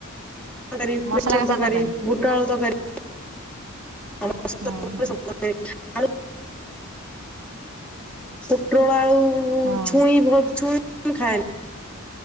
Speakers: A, in the centre; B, on the right.
A: କରି
B: ମସଲା
A: ବେସନ
B: କଷା
A: ତ କରି
B: ତରକାରୀ
A: ବୁଟାଳୁ ତ କରି <unintelligible> <unintelligible> ଆଳ
B: ହଁ ହଁ
A: ପୁଟ୍ରୋଳ ଆଳୁ
B: ହଁ
A: ଛୁଇଁ ଛଇଁ କ ଖାଏନି।